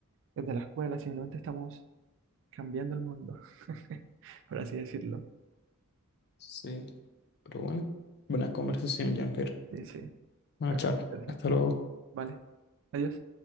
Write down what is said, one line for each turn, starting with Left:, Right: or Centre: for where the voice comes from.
Right: desde la escuela, simplemente estamos cambiando el mundo, <laughs> por así decirlo.
Left: Sí, pero bueno, buena conversación, Jean-Pierre.
Right: Sí, sí,
Left: Buena
Right: fue
Left: charla.
Right: interesante.
Left: Hasta luego.
Right: Vale, adiós.